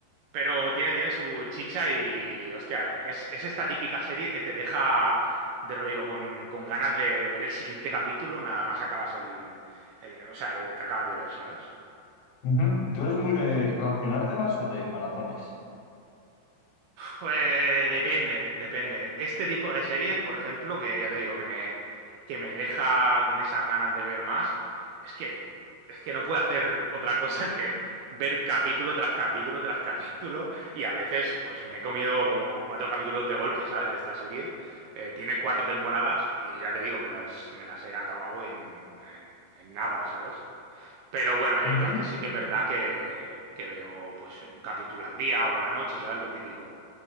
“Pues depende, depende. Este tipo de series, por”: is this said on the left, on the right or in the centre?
Right